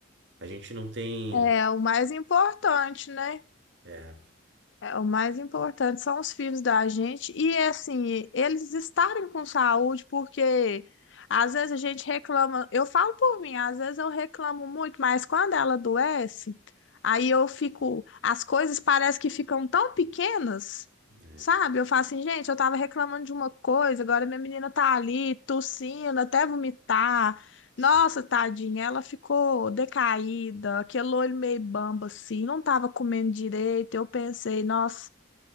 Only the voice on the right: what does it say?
a gente não tem.
É,
é,
sim,